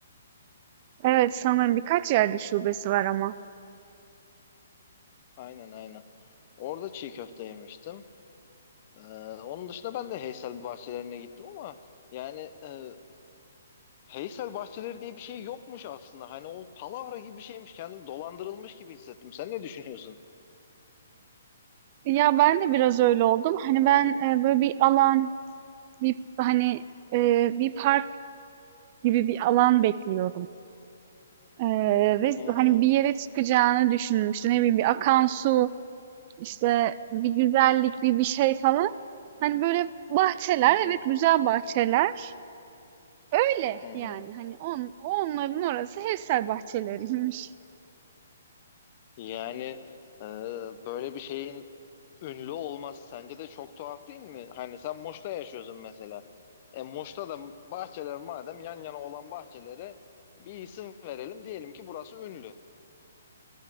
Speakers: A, on the right; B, on the left.
A: Evet sanırım birkaç yerde şubesi var ama.
B: Aynen aynen. Orada çiğ köfte yemiştim. E, onun dışında ben de Heysel Bahçelerine gittim ama yani e, Heysel bahçeleri diye bir şey yokmuş aslında. Hani o palavra gibi bir şeymiş. kendim dolandırılmış gibi hissettim. Sen ne düşünüyorsun?
A: Ya ben de biraz öyle oldum. Hani ben e, böyle bir alan, bir hani e, bir park gibi bir alan bekliyordum. Eee, ve
B: Hı hı,
A: hani bir yere çıkacağını düşündüm. İşte ne bileyim bir akan su, işte bir güzellik, bir bir şey falan. Hani böyle bahçeler,
B: hı hı,
A: evet güzel bahçeler. Öyle
B: hı hı.
A: yani hani on, onların orası hevsel bahçeleriymiş.
B: Yani e, böyle bir şeyin ünlü olması sence de çok tuhaf değil mi? Hani sen Muş'ta yaşıyorsun mesela. E Muş'ta da bahçeler madem yan yana olan bahçelere bir isim verelim. Diyelim ki burası ünlü.